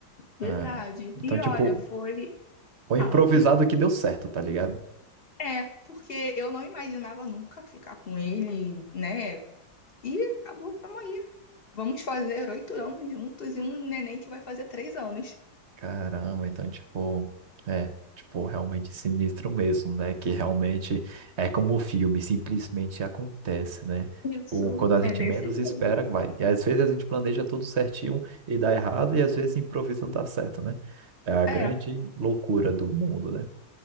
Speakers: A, on the right; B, on the left.
A: Ah,
B: verdade.
A: então,
B: E
A: tipo,
B: olha, foi.
A: foi
B: Fala.
A: improvisado que deu certo, tá ligado?
B: É, porque eu não imaginava nunca ficar com ele, né? E acabou, tamo aí. Vamos fazer oito anos juntos e um neném que vai fazer três anos.
A: Caramba, então, tipo, é, tipo, realmente sinistro mesmo, né? Que realmente é como o filme, simplesmente acontece, né?
B: Isso,
A: Tipo, quando a gente
B: é desse
A: menos
B: jeito.
A: espera, vai. E às vezes a gente planeja tudo certinho e dá errado, e às vezes improvisa não dá certo, né? É a grande
B: É,
A: loucura do mundo, né?